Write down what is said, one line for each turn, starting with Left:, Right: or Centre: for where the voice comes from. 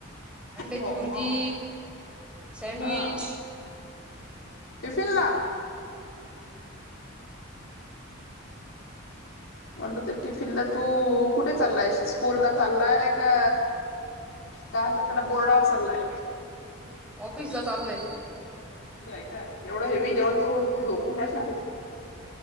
Centre: अंड्याची
Left: हो
Centre: भुर्जी,
Left: का
Centre: सँडविच
Left: हा टिफिन ला?
Centre: हम्म.
Left: म्हटलं तर टिफिनला तू कुठे चाललाय स्कूलला चाललाय? का? काय म्हणतात त्याला बोर्डावर चाललाय?
Centre: ऑफिसला चाललोय
Left: आहे काय? एवढं हेवी जेवण करून तू झोपून जाशील